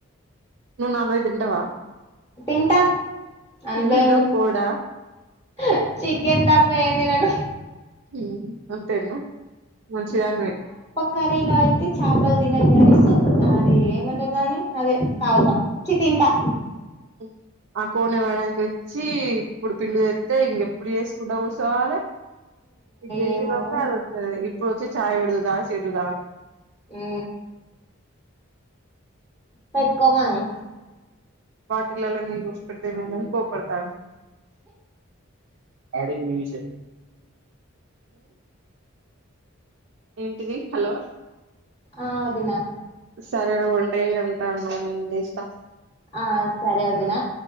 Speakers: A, on the right (about 65°); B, on the left (about 15°).
A: నువు నాన్వెజ్ తింటవా
B: తింటా అందులో
A: ఏం తింటావు
B: ఏముంది
A: కోడా
B: హా చికెన్ తప్ప ఎం తినను
A: హుమ్ అంత్ తిన్ను మంచిదానీవే
B: కరీలో అయితే చాపల్ దినను నిసు అది ఏమంటరు దాన్ని అదే తాగుతా చి తింటా
A: హుమ్ ఆ కోని కోయడానికి ఇచ్చి ఇప్పుడు పిండి తేత్తే ఇంకెప్పుడు చేసుకుంట కూసోవాలె ఇది జేసేలోపే
B: ఏమోగా
A: అదత్తది ఇప్ ఇప్పుడు వొచ్చి చాయ వెడుదువు దా సెద్దువు దా
B: ఊ పెట్కోమను.
A: బాటిలల్లా నీళ్లు పోసి పెడితే ఎమైదని కోపడతాడు. ఆడు మివిషే ఏంటిని హలోలో
B: ఆ అదిన
A: సరేరా ఉంటాయి ఉంటానుంది ఇస్తా
B: ఆ సర అదిన